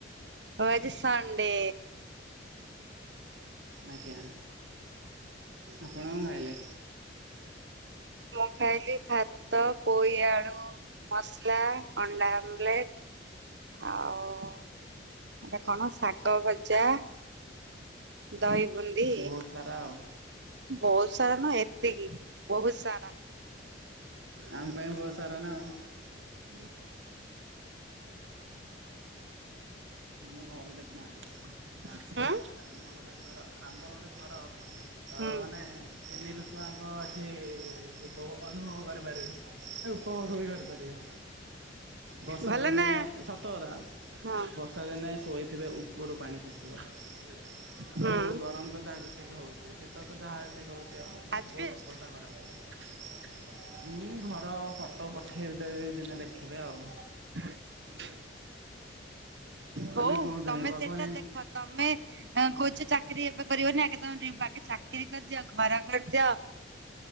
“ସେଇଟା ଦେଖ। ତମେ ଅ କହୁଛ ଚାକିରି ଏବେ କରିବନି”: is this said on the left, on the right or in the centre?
Right